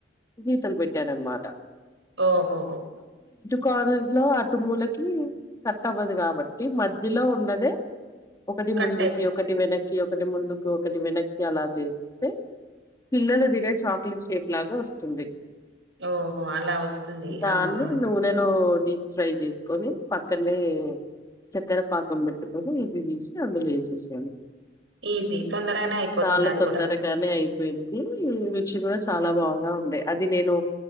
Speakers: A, on the left (about 20°); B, on the right (about 80°).
A: గీతలు పెట్టాన అనమాట
B: ఓహోహో
A: కార్నర్ లో అటు మూలకి కట్ అవ్వదు కాబట్టి మధ్యలో ఉన్నదే ఒకటి
B: కట్
A: ముందుకి
B: అయి
A: ఒకటి వెనక్కి ఒకటి ముందుకి ఒకటి వెనక్కి అలా చేస్తే పిల్లలు తినే చాక్లెట్ షేప్ లాగా వస్తుంది
B: ఓహో! అలా వస్తుంది.
A: దాన్ని
B: ఆహా!
A: నూనెలో డీప్ ఫ్రై చేసుకొని పక్కనే చేక్కర పాకం పెట్టుకొని ఇవి తీసి అందులో ఏసేసేయలీ
B: ఈజీ తొందరగానే అయిపోతుంది
A: చాలా
B: అది
A: తొందరగానే
B: గూడా.
A: అయిపోయిందీ రుచి కూడా చాలా బాగా ఉండే అది నేను